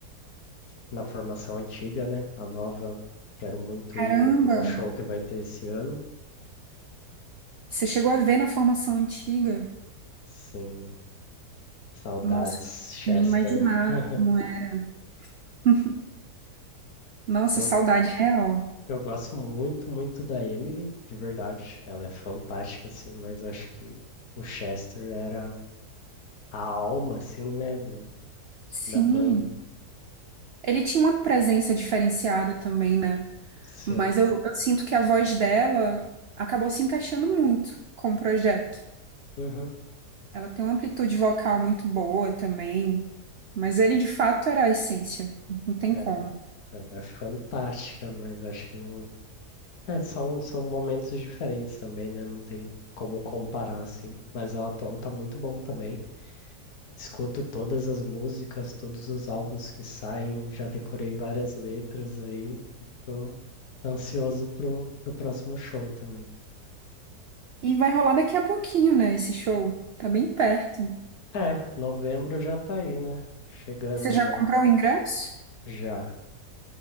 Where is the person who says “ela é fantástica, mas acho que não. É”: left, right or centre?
Left